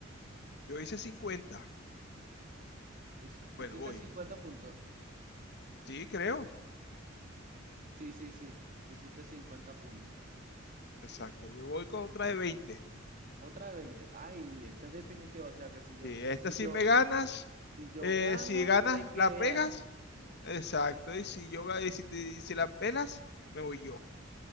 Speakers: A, on the left; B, on the right.
A: Yo hice 50.
B: Tú, hici- tú
A: Bueno,
B: hiciste
A: voy.
B: 50 puntos.
A: Sí, creo.
B: Sí, sí, sí. Hiciste 50 puntos.
A: Exacto. Yo voy con otra de 20.
B: Otra de veinte Ay, esta es definitiva. O sea que si yo,
A: Sí, esta
B: si
A: sí
B: yo,
A: me ganas.
B: si yo
A: Eh,
B: gano,
A: si ganas,
B: te queda.
A: la pegas. Exacto. Y si yo ga- y si, te- y si la pelas, me voy yo.